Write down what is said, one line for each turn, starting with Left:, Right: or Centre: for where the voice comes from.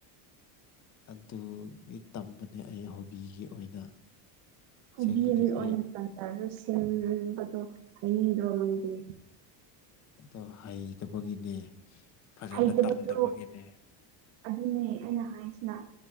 Left: ꯑꯗꯨꯒꯤ ꯇꯝꯕꯅꯦ ꯑꯩ ꯍꯣꯕꯤꯒꯤ ꯑꯣꯏꯅ ꯑꯁꯦꯡꯕꯗꯤ
Right: ꯍꯨꯕꯤꯒꯤ ꯑꯣꯏꯅ
Left: ꯑꯩ
Right: ꯇꯟꯖꯥ ꯁꯦꯝꯅꯕꯗꯣ ꯍꯩꯅꯤꯡꯗꯔꯣ ꯅꯪꯗꯦ
Left: ꯑꯗꯣ ꯍꯩꯇꯕꯒꯤꯅꯦ ꯐꯖꯅ
Right: ꯍꯩꯇꯕꯗꯣ
Left: ꯇꯝꯗꯕꯒꯤꯅꯦ
Right: ꯑꯗꯨꯅꯦ ꯑꯩꯅ ꯍꯥꯏꯁꯤꯅ